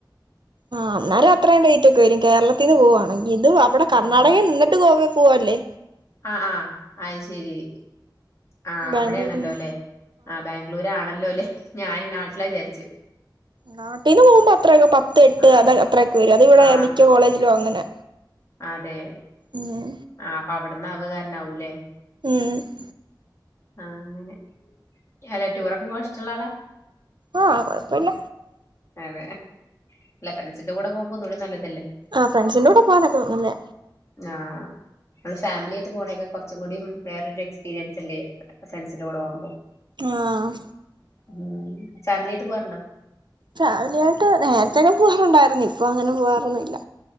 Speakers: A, on the right; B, on the left.
A: ആഹ് അന്നാരം അത്ര റേറ്റൊക്കെ വരും കേരളത്തീന്ന് പോവാണങ്കി. ഇത് അവിടെ
B: ആഹ്
A: കർണാടകേൽ നിന്നിട്ട് ഗോവേ പോവല്ലേ
B: ആഹ് ആഹ് അ്ശരി ആഹ്
A: ബാംഗ്ലൂര്ന്ന്
B: അവിടേണല്ലോലെ ആഹ് ബാംഗ്ലൂരാണല്ലോലെ ഞാൻ നാട്ടിലാ വിചാരിച്ച്.
A: നാട്ടീന്ന് പോകുമ്പോ അത്രയൊക്കെ പത്ത് എട്ട്
B: ആ
A: അത അത്രയൊക്കെ വരും അതിവിടെ
B: ആ
A: മിക്ക കോളേജിലും അങ്ങനെ.
B: അതെ
A: ഉം
B: ആഹ് അപ്പ അവിടെന്ന് അവ്കാരനാവൂലേ
A: ഉം
B: ആഹ് അങ്ങനെ. അതെ ടൂറൊക്കെ പോവാൻ ഇഷ്ടള്ള ആളാ.
A: ആഹ് കുഴപ്പില്ല
B: അതെ അല്ല ഫ്രണ്ട്സിന്റെ കൂടെ പോകുമ്പോ ഒന്നൂടി നല്ലതല്ലേ
A: ആഹ് ഫ്രണ്ട്സിന്റെ കൂടെ പോവാനൊക്കെ നല്ലേ
B: ആഹ് നമ്മള് ഫാമിലി ആയിട്ട് പോണെക്കെ കുറച്ചും കൂടിം വേറൊരു എക്സ്പീരിയൻസ്ല്ലേ ഫ്രണ്ട്സിന്റെ കൂടെ പോവുമ്പോ.
A: ആഹ്
B: ഉം ഫാമിലി ആയിട്ട് പോവാറുണ്ടോ
A: ഫാമിലി ആയിട്ട് നേറത്തെക്കെ പോവാറുണ്ടായിരുന്നു ഇപ്പൊ അങ്ങനെ പോകവാറൊന്നുംല്ല